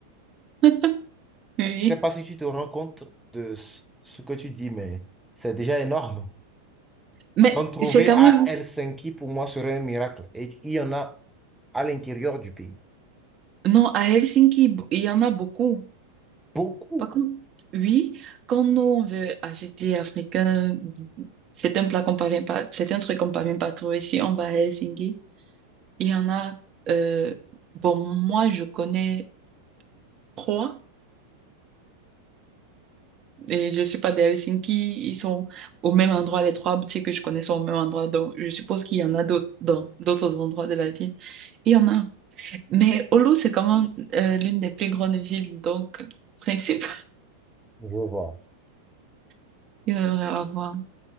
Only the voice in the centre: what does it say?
Je sais pas si tu te rends compte de ce ce que tu dis, mais c'est déjà énorme.
En trouver
à
Helsinki, pour moi, serait un miracle. Et il y en a à l'intérieur du pays.
Beaucoup,
je vois.